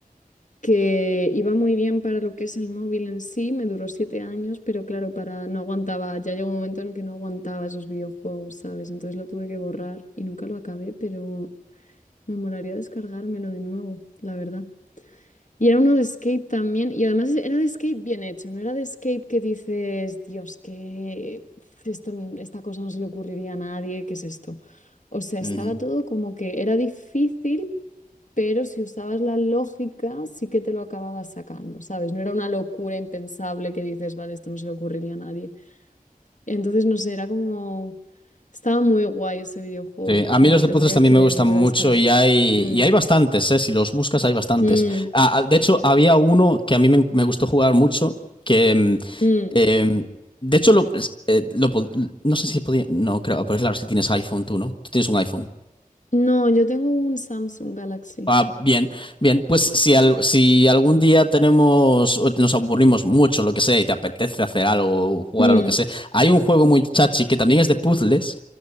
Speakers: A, on the left; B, on the left.
A: que iba muy bien para lo que es el móvil en sí, me duró siete años, pero claro, para no aguantaba, ya llegó un momento en el que no aguantaba esos videojuegos, ¿sabes? Entonces lo tuve que borrar y nunca lo acabé, pero me molaría descargármelo de nuevo, la verdad. Y era uno de Escape también, y además era de Escape bien hecho, no era de Escape que dices, Dios, que uf, esto, n- esta cosa no se le ocurriría a nadie, ¿qué es esto? O sea,
B: ujú.
A: estaba todo como que era difícil, pero si usabas la lógica, sí que te lo acababas sacando, ¿sabes? No era una locura impensable que dices, vale, esto no se le ocurriría a nadie. Entonces, no sé, era como... Estaba muy guay ese videojuego,
B: Sí, a
A: me
B: mí los
A: lo
B: de
A: tendría
B: puzzles también
A: que
B: me gustan
A: volver
B: mucho
A: a descargar.
B: y hay,
A: Mm,
B: y hay bastantes, ¿eh? Si los buscas hay bastantes.
A: mm,
B: Ah, ah, de hecho, había uno que a mí me, me gustó jugar mucho, que... mm,
A: mm.
B: em, de hecho, lo, es- eh, lo pod- no sé si podía... No, creo, pues claro, es que tienes iPhone tú, ¿no? Tú tienes un iPhone.
A: No, yo tengo un Samsung Galaxy.
B: Ah, bien, bien, pues si, al- si algún día tenemos o nos aburrimos mucho, lo que sea, y te apetece hacer algo, jugar
A: Mm,
B: a lo que sea, hay un juego muy chachi que también es de puzzles